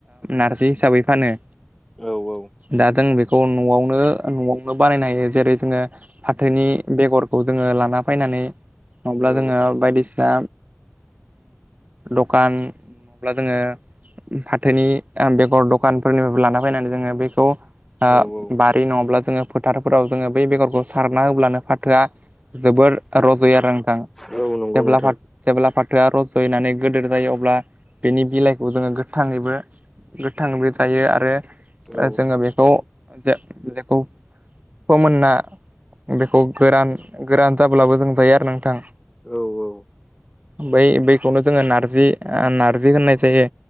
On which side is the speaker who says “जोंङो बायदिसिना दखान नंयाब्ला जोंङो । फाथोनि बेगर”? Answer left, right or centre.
Right